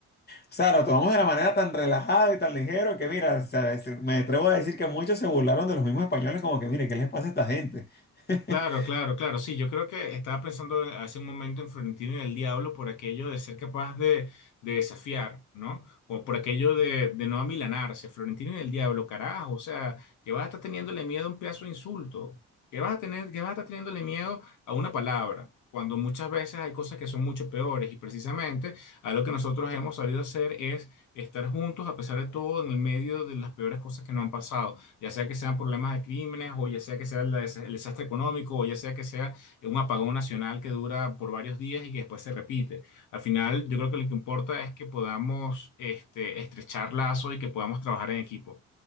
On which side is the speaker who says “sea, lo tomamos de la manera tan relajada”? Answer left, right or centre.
Left